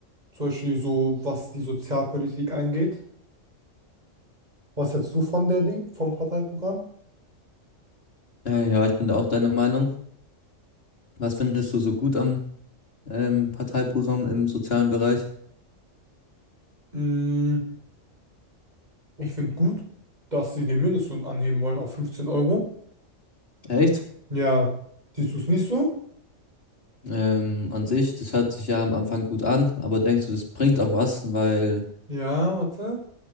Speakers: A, on the right (about 35°); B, on the left (about 50°).
A: Zum Beispiel so, was die Sozialpolitik angeht. Was hältst du von der Ding, vom Parteiprogramm?
B: Äh, ja, ich bin da auch deiner Meinung. Was findest du so gut am ähm, Parteiprogramm im sozialen Bereich?
A: Mm, ich finde gut, dass sie den Mindestlohn anheben wollen auf 15 Euro.
B: Echt?
A: Ja, siehst du es nicht so?
B: Ähm, an sich, das hört sich ja am Anfang gut an, aber denkst du, das bringt auch was, weil
A: Ja, warte.